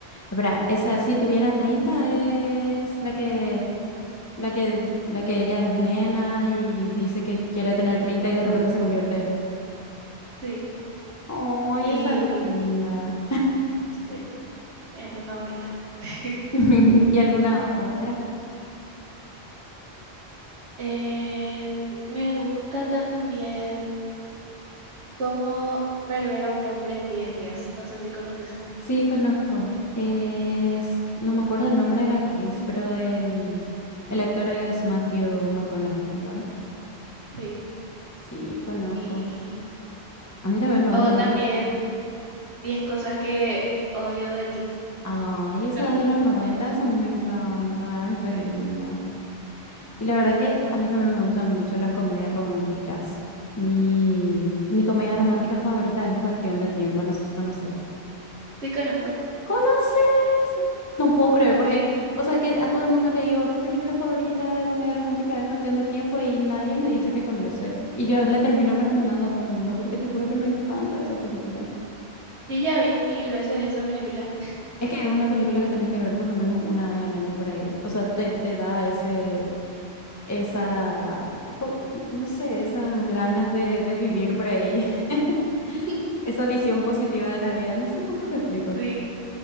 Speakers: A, on the left; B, on the right.
A: Espera, esa si tuviera 30 es la que la que la que ella es nena y dice que quiere tener 30 y de repente se convierte.
B: Sí,
A: Ay,
B: y
A: esa es re linda.
B: sí, es mi favorita. <laughs>
A: <laughs> ¿Y alguna otra?
B: En- me gusta también cómo perder a un hombre en 10 días. No sé si conoces.
A: Sí, conozco. Es, no me acuerdo el nombre de la actriz, pero el, el actor es Matthew McConaughey, ¿verdad?
B: Sí.
A: Sí, conozco.
B: Y,
A: A mí también me
B: o
A: gustan
B: también 10 cosas que odio de ti.
A: Ay, esa
B: Con-
A: es de los 90, esa a mí me encanta, es re
B: sí,
A: linda. Y la verdad que a mí también me gustan mucho las comedias románticas. Mi, mi comedia romántica favorita es Cuestión de Tiempo, no sé si conoces.
B: sí conozco.
A: ¿Conoces? No puedo creer, porque,
B: Sí,
A: o sea, es que a todo el mundo le digo, mi película favorita de comedia romántica es Cuestión de Tiempo y nadie me dice que conoce. Y yo le termino recomendando a todo el mundo porque te juro que me encanta esa película.
B: yo ya vi mil veces esa película.
A: Es que es una película que tenés que ver por lo menos una vez al año por ahí. O sea, te, te da ese esa, co- no sé, esas ganas de, de vivir por ahí, <laughs>
B: <laughs>
A: esa visión positiva de la vida, no sé cómo te explico,
B: Sí,